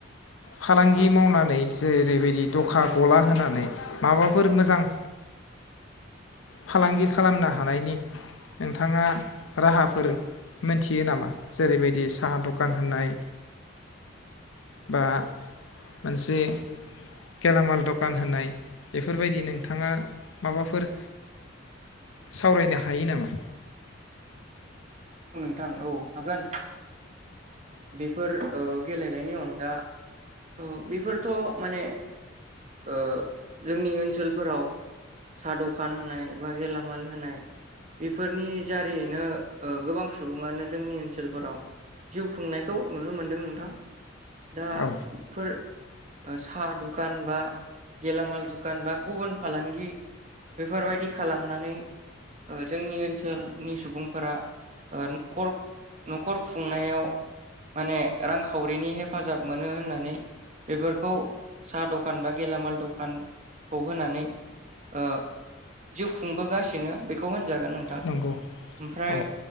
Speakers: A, on the left (about 90°); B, on the right (about 35°).
A: फालांगि मावनानै जेरैबायदि दखा गला होनानै माबाफोर मोजां फालांगि खालामनो हानायनि नोंथाङा राहाफोर मोनथियो नामा जेरैबायदि साहा दखान होननाय बा मोनसे गेलामाल दखान होनाय बेफोरबायदि नोंथाङा माबाफोर सावरायनो हायो नामा?
B: औ नोंथां औ हागोन बेफोर ओ गेलेनायनि अनगा औ बेफोर थ माने ओ जोंनि ओनसोलफोराव साहा दखान होनाय बा गेलामाल होनाय बेफोरनि जारिनो ओ गोबां सुबुङानो जोंनि ओनसोलफोराव जिउ खुंनायखौ नुनो मोनदों नोंथां। दा
A: औ
B: फोर ओ साहा दुखान बा गेलामाल दुखान बा गुबुन फालांगि बेफोरबायदि खालामनानै ओ जोंनि ओनसोलनि सुबुंफोरा ओ नखर नखर खुंनायाव माने रांखावरिनि हेफाजाब मोनो होननानै बेफोरखौ साहा दखान बा गेलामाल दखानखौ होनानै ओ जिउ खुंबोगासिनो बेखौ होनजागोन नोंथां
A: नंगौ
B: ओमफ्राय
A: औ